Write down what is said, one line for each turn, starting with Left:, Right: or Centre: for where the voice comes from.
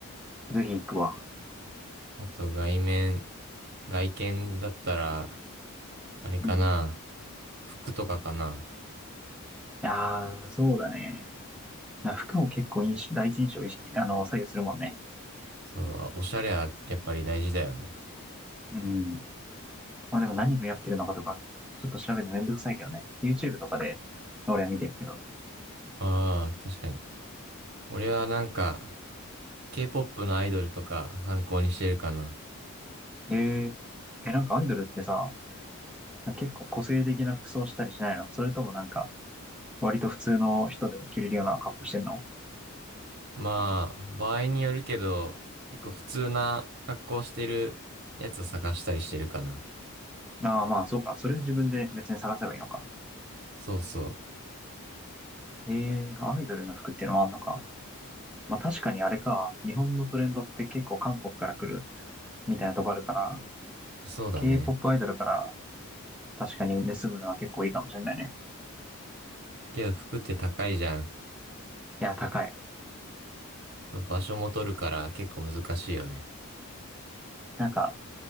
Centre: ぜひ行くわ。
Right: あと、外面、外見だったら、あれかな。
Centre: うん。
Right: 服とかかな。
Centre: ああ、そうだね。な服も結構印象、第一印象を意識、あの、左右するもんね。
Right: そう、あおしゃれはやっぱり大事だよね。
Centre: うん。まあでも何がやってるのかとか、ちょっと調べるのめんどくさいけどね。YouTube とかで俺は見てるけど。
Right: ああ、確かに。俺はなんか、K-POP のアイドルとか参考にしてるかな。
Centre: ええ、え、なんかアイドルってさ、結構個性的な服装したりしないのそれともなんか、割と普通の人でも着れるような格好してんの
Right: まあ、場合によるけど、結構普通な格好してるやつ探したりしてるかな。
Centre: ああ、まあそうか。それは自分で別に探せばいいのか。
Right: そうそ
Centre: ええ、アイドルの服っていうのもあんのか。まあ確かにあれか。日本のトレンドって結構韓国から来るみたいなとこあるから、
Right: う。そうだね。
Centre: K-POP アイドルから確かに盗むのは結構いいかもしれないね。
Right: けど服って高いじゃん。
Centre: いや、高い。
Right: そう、場所も取るから結構難しいよね。
Centre: なんか、